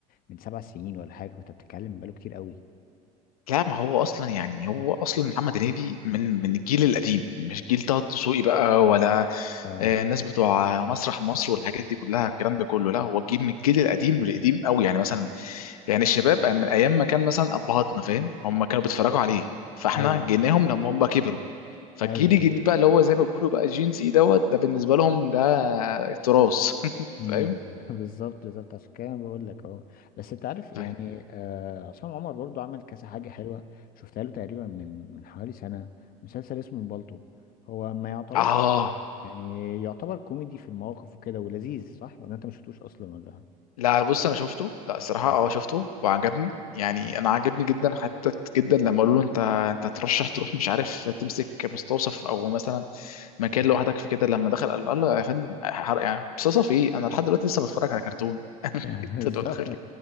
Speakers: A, on the left (about 55°); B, on the left (about 85°).
A: من سبع سنين ولا حاجه فانت بتتكلم بقاله كتير قوي
B: لا ما هو اصلا يعني هو اصلا محمد هنيدي من من الجيل القديم مش جيل طه دسوقي بقى ولا
A: اه
B: آه، الناس بتوع مسرح مصر والحاجات دي كلها الكلام ده كله لا هو جيل من الجيل القديم والقديم قوي يعني مثلا يعني الشباب من ايام ما كان مثلا ابهاتنا فاهم هم كانوا بيتفرجوا عليه فاحنا
A: ايوه
B: جيناهم لما هم كبروا فالجيل
A: ايوه
B: الجديد بقى اللي هو زي ما بيقولوا بقى جين سي دوت ده بالنسبه لهم ده تراث <laughs>
A: امم
B: فاهم
A: <laughs> بالظبط بالظبط عشان كده أنا بقول لك اهو بس انت عارف يعني
B: طيب
A: آه عصام عمر برضو عمل كذا حاجه حلوه شفتها له تقريبا من من حوالي سنه مسلسل اسمه بالطو هو ما يعتبرش
B: اه
A: يعني يعتبر كوميدي في المواقف وكده ولذيذ صح ولا انت ما شفتوش اصلا ولا
B: لا بص انا شفته لا الصراحه
A: اه
B: اه شفته وعجبني يعني
A: اه
B: انا عجبني جدا حتى جدا لما قالوا له انت انت هترشح تروح مش عارف تمسك مستوصف او مثلا مكان لوحدك في كده لما دخل قال له قال له يا فندم حر- يعني مستوصف ايه انا لحد دلوقتي لسه بتفرج على كرتون
A: <laughs>
B: <laughs>
A: بالظبط
B: انت متخيل